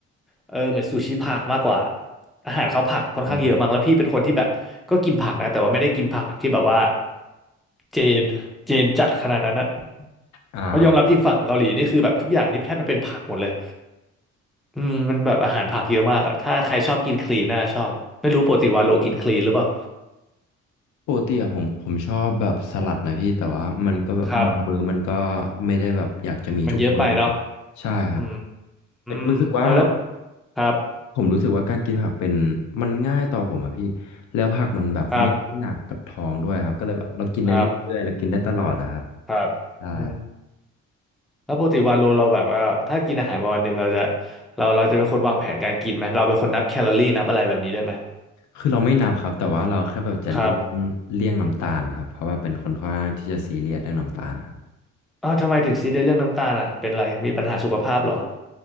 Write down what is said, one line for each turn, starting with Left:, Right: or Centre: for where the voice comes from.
Centre: เออเหมือนซูชิผักมากกว่าอาหารเขาผักค่อนข้างเยอะมั้งแล้วพี่เป็นคนที่แบบก็กินผักนะแต่ว่าไม่ได้กินผักที่แบบว่า
Left: อืม
Centre: เจน จีนจัดขนาดนั้นอะ
Left: อ่า
Centre: เพราะยอมรับจริงฝั่งเกาหลีนี่คือแบบทุกอย่างนี่แทบจะเป็นผักหมดเลยอืมมันแบบอาหารผักเยอะมากอะถ้าใครชอบกินคลีนน่าชอบไม่รู้ปกติวาโลกินคลีนหรือเปล่า
Left: ปกติอะผมผมชอบแบบสลัดนะพี่แต่ว่ามันก็แบบบางมื้อมันก็
Centre: ครับ
Left: ไม่ได้แบบอยากจะมีทุกมื้อนะใช่ครับ
Centre: มันเยอะไปเนาะอื
Left: แต่ก็รู้สึกว่า
Centre: มเออแล้วครับ
Left: ผมรู้สึกว่าการกินผักเป็นมันง่ายต่อผมอะพี่แล้วผักมันแบบไม่หนักกับท้องด้วยครับก็เลยแบบเรากินได้เรื่อยๆเรากินได้ตลอดอะครับ
Centre: ครับครับครับอืม
Left: ใช่ครับ
Centre: แล้วปกติวาโลเราแบบว่าถ้ากินอาหารมาวันหนึ่งเราจะเราเราจะเป็นคนวางแผนการกินไหมเราเป็นคนนับแคลอรี่นับอะไรแบบนี้ได้ไหม
Left: คือเราไม่นับครับแต่ว่าเราแค่แบบจะเลี่ยง
Centre: ครับ
Left: เลี่ยงน้ำตาลครับเพราะว่าเป็นคนค่อนข้างที่จะซีเรียสเรื่องน้ำตาลครับ
Centre: อ้าวทำไมถึงซีเรียสเรื่องน้ำตาลอ่ะเป็นไรมีปัญหาสุขภาพเหรอ